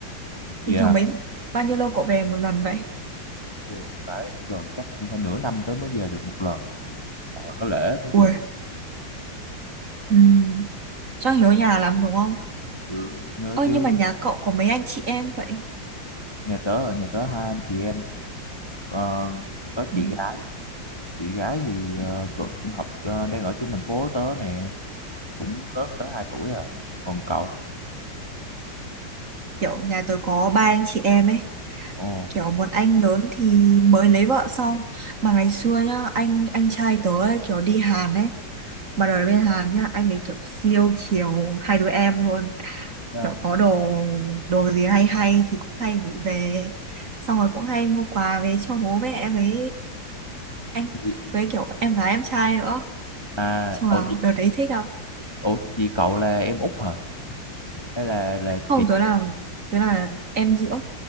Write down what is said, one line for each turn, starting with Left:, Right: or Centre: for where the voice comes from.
Left: Dạ,
Right: Bình thường mấy, bao nhiêu lâu cậu về một lần vậy?
Left: ừ, phải gần chắc cũng phải nửa năm tới mới về được một lần. Họ có lễ mới
Right: Ui,
Left: về.
Right: ừm, chắc nhớ nhà lắm đúng không?
Left: Ừ, nhớ
Right: Ơ
Left: chứ,
Right: nhưng mà nhà cậu có mấy anh chị em vậy?
Left: nhà tớ ở nhà tớ hai anh chị em, ờ, có
Right: Ừ,
Left: chị gái. Chị gái thì ờ, vẫn học ờ, đang ở chung thành phố tớ nè, cũng lớn tới hai tuổi à. Còn cậu?
Right: kiểu nhà tớ có ba anh chị em ấy,
Left: Ồ.
Right: kiểu một anh lớn thì mới lấy vợ xong. Mà ngày xưa nhá, anh anh trai tớ ấy, kiểu đi Hàn ấy, mà đời bên Hàn nhá, anh ấy kiểu siêu chiều hai đứa em luôn.
Left: Dạ.
Right: kiểu có đồ đồ gì hay hay thì cũng hay gửi về xong rồi cũng hay mua quà về cho bố mẹ với anh
Left: Gì-
Right: với kiểu em gái em trai nữa
Left: À,
Right: chung
Left: ủa,
Right: là
Left: gì-
Right: đợt đấy thích không
Left: ủa, gì cậu là em út hả? Hay là là
Right: không
Left: chị
Right: tối
Left: dượng?
Right: là tối là em giữa